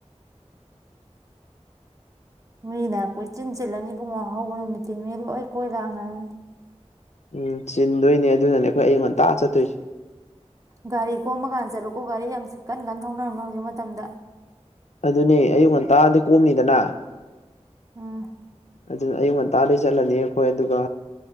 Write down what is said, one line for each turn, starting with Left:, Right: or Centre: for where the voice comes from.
Right: ꯃꯤꯅ ꯀꯣꯏꯆꯤꯟꯁꯤꯜꯂꯅꯤ ꯄꯕꯨꯡꯉ ꯍꯧꯕ ꯅꯨꯃꯤꯠꯇꯤ ꯃꯤ ꯂꯣꯏ ꯀꯣꯏ ꯂꯥꯡꯅꯔꯅꯤ
Left: ꯎꯝ ꯆꯤꯟꯗꯣꯏꯅꯦ ꯑꯗꯨꯅꯅꯦꯈꯣꯏ ꯑꯩꯉꯣꯟ ꯇꯥꯛꯑ ꯆꯠꯇꯣꯏꯁꯦ
Right: ꯒꯥꯔꯤ ꯀꯣꯝꯃꯀꯥꯟꯗ ꯆꯠꯂꯨꯀꯣ ꯒꯥꯔꯤ ꯌꯥꯝ ꯀꯟꯅ ꯀꯟꯅ ꯊꯧꯅꯔꯕꯝꯅꯣ ꯍꯧꯖꯤꯛ ꯃꯇꯝꯗ
Left: ꯑꯗꯨꯅꯦ ꯑꯌꯨꯛ ꯉꯟꯇꯥꯗꯤ ꯀꯣꯝꯅꯤꯗꯅ
Right: ꯎꯝ
Left: ꯑꯗꯨ ꯑꯌꯨꯛ ꯉꯟꯇꯥꯗ ꯆꯠꯂꯅꯤ ꯑꯩꯈꯣꯏ ꯑꯗꯨꯒ